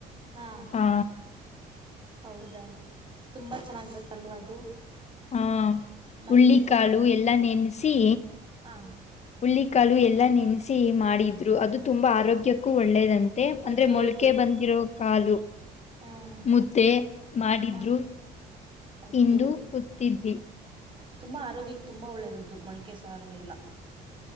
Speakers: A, on the right (about 30°); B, on the left (about 40°).
A: ಹಾ
B: ಆ
A: ಹೌದಾ ತುಂಬಾ ಚೆನ್ನಾಗಿರುತ್ತಲ್ವಾ ಅದು
B: ಹ
A: ಮಲ್ಕೆ
B: ಹಳ್ಳಿಕಾಳು ಎಲ್ಲ ನೆನೆಸಿ
A: ಹಾ
B: ಹುಳ್ಳ ಕಾಲು ಎಲ್ಲ ನೆನೆಸಿ ಮಾಡಿದ್ರು
A: ಹ್ಮ್
B: ಅದು ತುಂಬಾ ಆರೋಗ್ಯಕ್ಕೂ ಒಳ್ಳೇದಂತೆ ಮತ್ತೆ
A: ಹೌದೌದು
B: ಅಂದ್ರೆ ಮೊಳಕೆ ಬಂದಿರೋ ಕಾಲು
A: ಹ್ಮ್
B: ಮುದ್ದೆ ಮಾಡಿದ್ರು
A: ಹ ಹೌದು
B: ತಿಂದು ಕೂತಿದ್ವಿ
A: ತುಂಬಾ ಆರೋಗ್ಯಕ್ಕೆ ತುಂಬಾ ಒಳ್ಳೇದದ್ದು ಮಳಕೆ ಸಾರು ಎಲ್ಲ